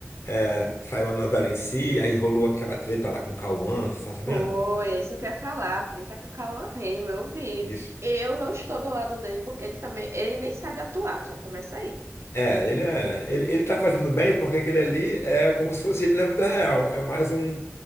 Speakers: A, on the left; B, on the right.
A: é, saiu a novela em si, aí rolou aquela treta lá com o Cauã, você tá sabendo?
B: foi, é isso que eu ia falar, a treta com o Cauã Raymond, eu vi.
A: Isso.
B: Eu não estou do lado dele, porque ele também, ele nem sabe atuar, já começa aí.
A: É, ele é, ele, ele tá fazendo bem porque aquele ali é como se fosse ele na vida real, é mais um,